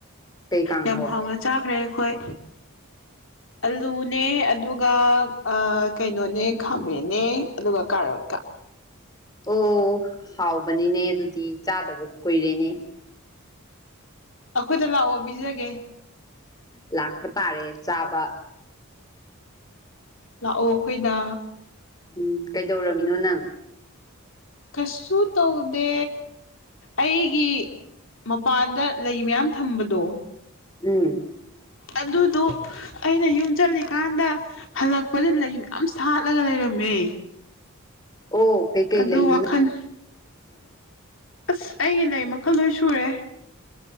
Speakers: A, on the left; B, on the left.
A: ꯀꯩ ꯀꯥꯡꯍꯧ
B: ꯌꯥꯝ ꯍꯥꯎꯅ ꯆꯥꯈ꯭ꯔꯦ ꯑꯩꯈꯣꯏ ꯑꯂꯨꯅꯦ ꯑꯗꯨꯒ ꯀꯩꯅꯣꯅꯦ ꯈꯥꯃꯦꯟꯅꯦ ꯑꯗꯨꯒ ꯀꯥꯔꯣ ꯄꯠꯇ
A: ꯑꯣ ꯍꯥꯎꯕꯅꯤꯅꯦ ꯑꯗꯨꯗꯤ ꯆꯥꯗꯕ ꯀꯨꯏꯔꯦꯅꯦ ꯑ
B: ꯑꯩꯈꯣꯏꯗ ꯂꯥꯛꯑꯣ ꯄꯤꯖꯒꯦ
A: ꯂꯥꯛꯄ ꯇꯥꯔꯦ ꯆꯥꯕ
B: ꯂꯥꯛꯑꯣ ꯑꯩꯈꯣꯏꯅ
A: ꯎꯝ ꯀꯩꯗꯧꯃꯤꯅꯣ ꯅꯪ
B: ꯀꯩꯁꯨ ꯇꯧꯗꯦ ꯑꯩꯒꯤ ꯃꯄꯥꯟꯗ ꯂꯩ ꯃꯌꯥꯝ ꯊꯝꯕꯗꯣ
A: ꯎꯝ
B: ꯑꯗꯨꯗꯣ ꯑꯩꯅ ꯌꯨꯝ ꯆꯠꯂꯤꯀꯥꯟꯗ ꯍꯜꯂꯛꯄꯗ ꯂꯩ ꯃꯌꯥꯝ ꯁꯥꯠꯂꯒ ꯂꯩꯔꯝꯃꯦ
A: ꯑꯣ ꯀꯩꯀꯩ
B: ꯑꯗꯨ
A: ꯂꯩꯅ
B: ꯋꯥꯈꯜ ꯑꯁ ꯑꯩꯒꯤ ꯂꯩ ꯃꯈꯜ ꯂꯣꯏ ꯁꯨꯔꯦ